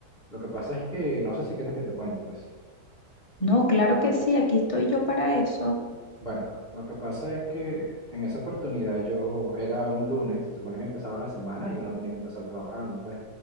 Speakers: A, in the centre; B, on the left.
A: lo que pasa es que no sé si quieres que te cuente, pues.
B: No, claro que sí, aquí estoy yo para eso.
A: Bueno, lo que pasa es que en esa oportunidad yo era un lunes, se supone que empezaba la semana y uno tiene que empezar trabajando, pues.